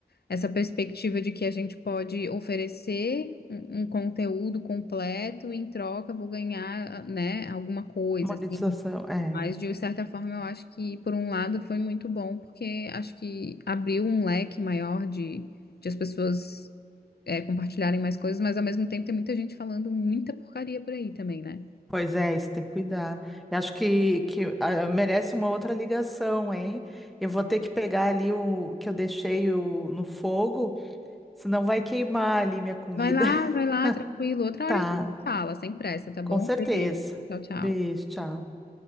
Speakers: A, on the left; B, in the centre.
A: essa perspectiva de que a gente pode oferecer um, um conteúdo completo, e em troca vou ganhar, né, alguma coisa,
B: Monetização,
A: assim.
B: é.
A: Mas, de certa forma, eu acho que, por um lado, foi muito bom, porque acho que abriu um leque maior de, de as pessoas é, compartilharem mais coisas, mas, ao mesmo tempo, tem muita gente falando muita porcaria por aí também, né?
B: Pois é, isso tem que cuidar. Eu acho que, que ah, merece uma outra ligação, hein? Eu vou ter que pegar ali o que eu deixei o- no fogo, senão vai queimar ali minha comida.
A: Vai lá,
B: <laughs>
A: vai lá, tranquilo. Outra hora
B: Tá,
A: a gente se fala, sem pressa, tá bom?
B: com certeza.
A: Beijo. Tchau, tchau.
B: Beijo, tchau.